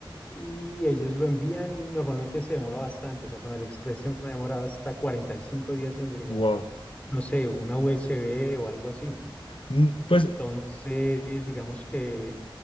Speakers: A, on the left; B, on the left.
A: y ellos lo envían y normalmente se demora bastante. O sea, con AliExpress se me ha demorado hasta 45 días en llegar,
B: wow.
A: no sé, una USB o algo así.
B: Mm, Pues
A: Entonces, digamos que